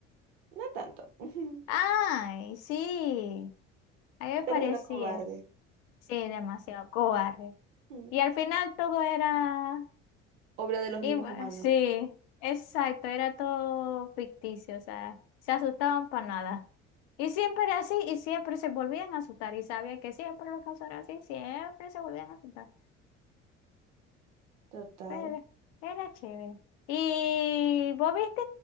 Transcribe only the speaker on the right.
No tanto, <laughs> Ujú.
pero es una cobarde.
Mm.
obra de los mismos
humanos.
Total.